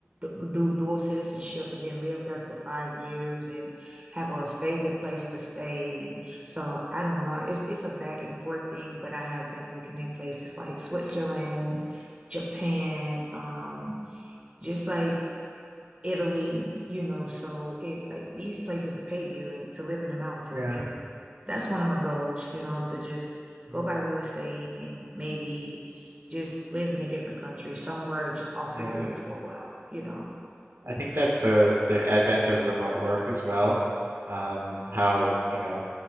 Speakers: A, on the right; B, on the right.
A: do dual citizenship and then live there for five years and have a stable place to stay. And so I don't know. It's it's a back and forth thing, but I have been looking in places like Switzerland, Japan, um, just like Italy, you know, so it like these places will pay you to live in the mountains.
B: Yeah.
A: And that's one of my goals, you know, to just go
B: Mm,
A: buy real estate and maybe just live in a different country, somewhere just off
B: yeah.
A: the grid for a while, you know.
B: I think that the the advent of remote work as well, um, how, you know,